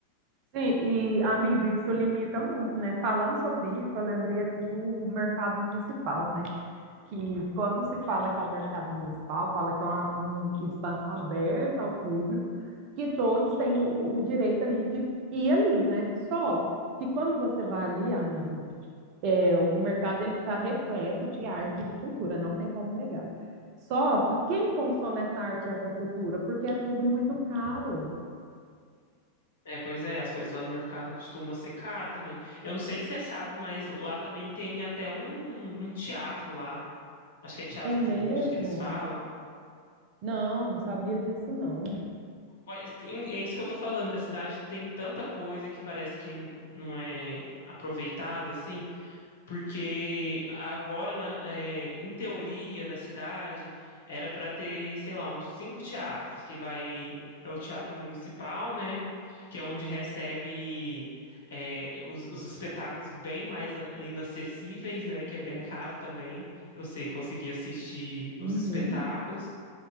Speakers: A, on the right; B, on the left.
A: Sim, e amigo, isso limita muito, né? Falando sobre isso, eu lembrei aqui do mercado municipal, né? Que quando se fala que é o mercado municipal, fala que é uma- um espaço aberto ao público, que todos têm o, o direito ali de ir ali, né? Só que quando você vai ali, amigo, é, o mercado ele está repleto de arte e de cultura, não tem como negar. Só que quem consome essa arte e essa cultura? Porque é tudo muito caro.
B: É, pois é, as coisas lá no mercado costumam ser caro também. Eu não sei se você sabe, mas lá também tem até um, um teatro lá. Acho que é teatro
A: É mesmo?
B: de bolso que eles falam.
A: Não, não sabia disso, não.
B: Pois, É isso que eu tô falando. A cidade tem tanta coisa que parece que não é aproveitada, assim. Porque agora, na- é, em teoria, na cidade, era para ter, sei lá, uns cinco teatros, que vai, é o Teatro Municipal, né? Que é onde recebe, é, os, os espetáculos bem mais inacessíveis, né? Que é bem
A: Nossa,
B: caro também para você conseguir assistir os
A: Uhum.
B: espetáculos.